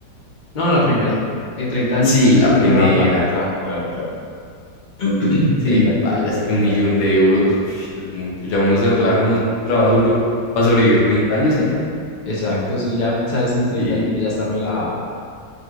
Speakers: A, on the left; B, on the left.
A: no, la primera. En 30 añitos
B: Sí,
A: yo
B: la
A: sé que
B: primera.
A: tengo la plata. Claro, claro, claro. <clears throat> En
B: Sí,
A: treinta añitos
B: paila,
A: yo sé
B: es
A: que
B: que
A: tengo
B: un millón
A: la plata.
B: de euros ush, es mucho. Ya uno se relaja, uno trabaja duro para sobrevivir 30 años y ya.
A: Exacto, sí, ya sabes que en
B: Sí,
A: 30 añitos ya está relajado.